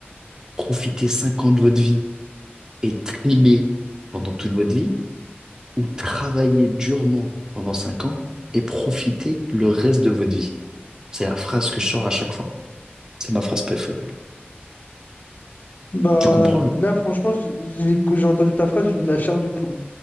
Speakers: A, on the right; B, on the left.
A: profiter 5 ans de votre vie et trimer pendant toute votre vie ou travailler durement pendant cinq ans et profiter le reste de votre vie. C'est la phrase que je sors à chaque fois. C'est ma phrase préférée.
B: Bah,
A: Tu comprends le?
B: là, franchement, j'ai j'ai- j'ai entendu ta phrase, j'ai eu de la chair de poule.